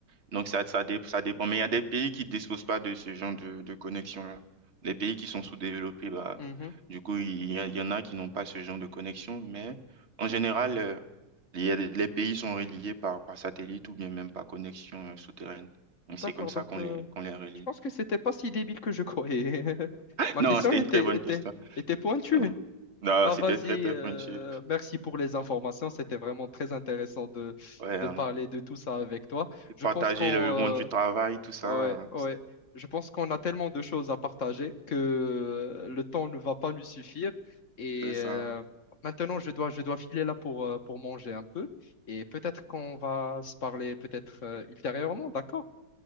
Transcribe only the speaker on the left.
mhm.
D'accord,
donc
euh,
je pense que c'était pas si débile que je croyais. <laughs> Ma
question
était,
était,
était pointue.
Bah
vas-y,
euh,
merci pour les informations. C'était vraiment très intéressant de,
de parler de tout ça avec toi. Je
pense qu'on
euh,
ouais,
ouais. Je pense qu'on a tellement de choses à partager que euh, le temps ne va pas nous suffire. Et
euh, maintenant, je dois, je dois filer là pour, euh, pour manger un peu. Et peut-être qu'on va se parler peut-être euh, ultérieurement, d'accord?